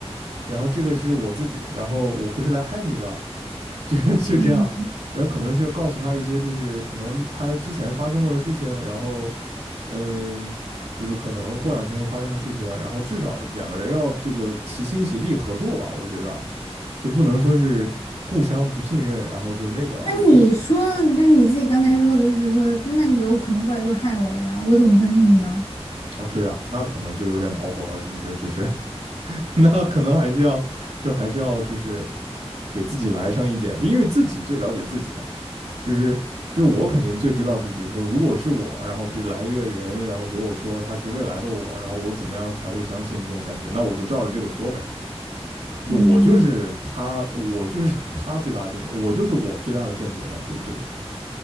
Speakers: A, on the right; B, on the left.
A: 然后这个是我自己，然后我不是来害你的，<laughs> 这就这样，
B: 嗯。
A: 然后可能是要告诉他一些就是可能他之前发生过的事情，然后嗯，就是可能过两天会发生的事情，然后至少两个人要这个齐心协力合作吧，我觉得就不能说是互相不信任，然后就那个
B: 那你说，就你自己刚才说的，就比如说，那你有可能过来说害我的呀，我怎么相信你呢？
A: 啊，对啊，那可能就有点恼火了，是不是？就是。<laughs> 那可能还是要就还是要就是给自己来上一点，就因为自己最了解自己嘛，就是就是我肯定最知道，就比如说如果是我，然后别来一个人，然后给我说他是未来的我，然后我怎么样才会相信这种感觉，那我就照着这个说呗，就我就是他，
B: 嗯，
A: 我就是 <laughs> 他最大的间谍，我就是我最大的间谍了，对不对？